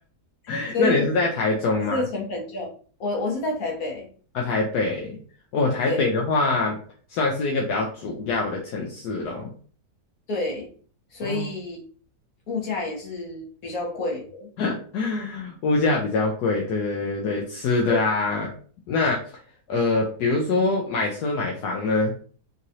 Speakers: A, on the left; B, on the left.
A: <laughs>
B: <laughs>
A: 所以
B: 那你是在台中吗？
A: 所以成本就我我是在台北，
B: 啊，台北。哦，台北的话算是一个比较主要的城市咯。
A: 对对，所以
B: 哦，
A: 物价也是比较贵的，
B: <laughs> 物价比较贵，对对对对，吃的啊，
A: 对。
B: 那呃，比如说买车买房呢，